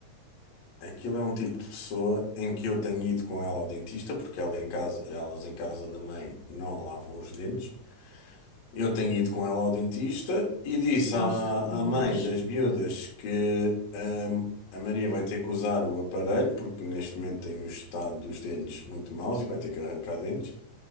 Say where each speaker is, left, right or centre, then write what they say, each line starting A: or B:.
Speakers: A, on the left; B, on the left.
A: Aquilo é um tipo de pessoa em que eu tenho ido com ela ao dentista, porque ela em casa, elas em casa da mãe não lavam os dentes. Eu tenho ido com ela ao dentista e disse
B: Nossa,
A: à,
B: meu
A: à
B: Deus.
A: mãe das miúdas que hum, a Maria vai ter que usar o aparelho, porque neste momento tem o estado dos dentes muito maus e vai ter que arrancar dentes.